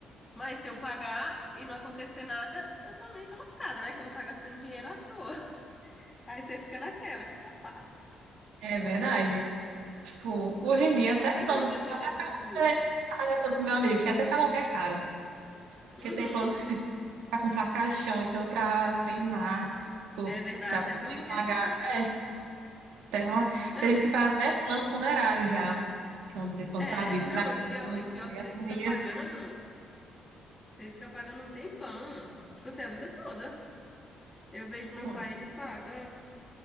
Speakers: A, on the left; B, on the right.
A: Mas se eu pagar e não acontecer nada, eu também tô lascada, né? Que eu vou estar gastando dinheiro à toa. <laughs> Aí você fica naquela, o que que eu faço?
B: É verdade. Tipo,
A: Porque,
B: hoje em
A: tipo,
B: dia, até
A: não tem
B: plano,
A: como
B: de
A: depender
B: saúde,
A: do SUS.
B: você tá conversando com meu amigo, que até pra morrer é caro. Porque
A: Uhum.
B: tem plano para comprar caixão, então para cremar,
A: É verdade,
B: para
A: até
B: poder
A: pra morrer
B: pagar.
A: é caro.
B: É, tem, uma-
A: Não,
B: tem gente que faz até plano funerário já, quando, quando
A: é,
B: tá vivo,
A: não,
B: para quando
A: e pior, e pior
B: morrer
A: que você
B: a
A: fica
B: família.
A: pagando, você fica pagando um tempão. Tipo assim, a vida toda. Eu vejo meu
B: hum,
A: pai, ele paga.